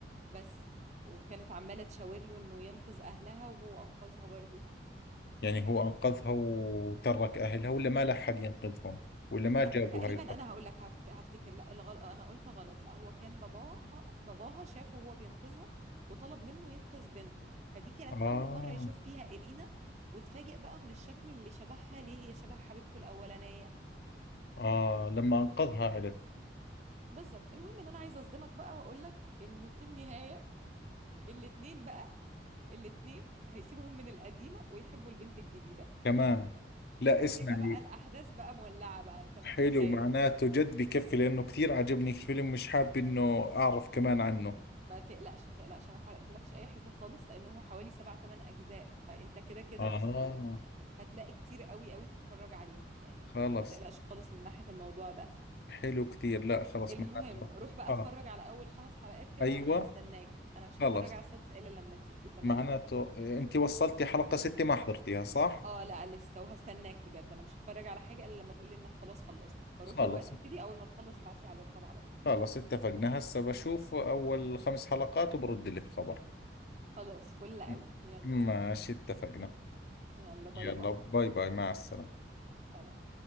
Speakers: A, on the right (about 40°); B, on the left (about 55°).
A: بس وكانت عمالة تشاور له إنه ينقذ أهلها وهو أنقذها برضو
B: يعني هو انقذها وترك اهلها ولا ما لحق ينقذهم ولا ما
A: لا
B: جابوا
A: تقريبا
B: هاي الأرض
A: أنا هقول لك هفت- هفتكر لا الغلط أنا قلت غلط لا هو كان باباها باباها شافه وهو بينقذهم وطلب منه ينقذ بنته فدي كانت
B: آه
A: أول مرة يشوف فيها إلينا وتفاجئ بقى من الشكل اللي شبهها ليه هي شبه حبيبته الأولانية
B: آه لما أنقذها عرف
A: بالظبط المهم ان انا عايزه اصدمك بقى واقول لك ان في النهايه الاتنين بقى الاتنين هيسيبهم من القديمه ويحبوا البنت الجديده
B: كمان لا
A: وهيبقى
B: اسمعي
A: بقى الاحداث بقى مولعه بقى انت مش
B: حلو
A: متخيل
B: معناته جد بكفي لأنه كثير عجبني الفيلم مش حاب إنه أعرف كمان عنه
A: ما تقلقش ما تقلقش انا ما حرقتلكش اي حاجه خالص لان هو حوالي سبع تمن اجزاء فانت كده كده
B: آه
A: اصلا هتلاقي كتير قوي قوي تتفرج عليه يعني
B: خلص
A: ما تقلقش خالص من ناحيه الموضوع ده
B: حلو كثير لا خلص
A: المهم
B: معناته
A: روح بقى
B: آه
A: اتفرج على اول خمس حلقات كده
B: أيوة
A: انا هستناك انا مش
B: خلص
A: هتفرج على السادسه الا لما تيجي تمام
B: معناته انت وصلتي حلقة ستة ما حضرتيها صح؟
A: اه لا لسه وهستناك بجد انا مش هتفرج على حاجه الا لما تقولي انك خلاص خلصت فروح
B: خلص
A: دلوقتي ابتدي اول ما تخلص ابعت لي على الواتساب على طول
B: خلص اتفقنا هسه بشوف اول خمس حلقات وبرد لك خبر
A: خلاص فل قوي
B: م-
A: يلا
B: ماشي اتفقنا
A: يلا باي
B: يلا
A: باي
B: باي باي مع السلامة
A: سلام